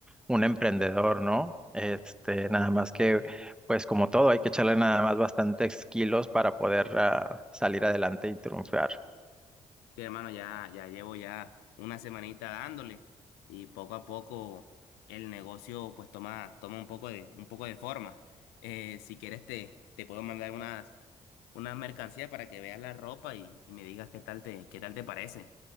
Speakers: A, in the centre; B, on the left (about 75°).
A: un emprendedor, ¿no? Este, nada más que pues como todo hay que echarle nada más bastantes kilos para poder ah, salir adelante y triunfar.
B: Sí, hermano, ya, ya llevo ya una semanita dándole y poco a poco el negocio pues toma, toma un poco de, un poco de forma. Eh, si quieres te, te puedo mandar unas, unas mercancías para que veas la ropa y, y me digas qué tal te, qué tal te parece.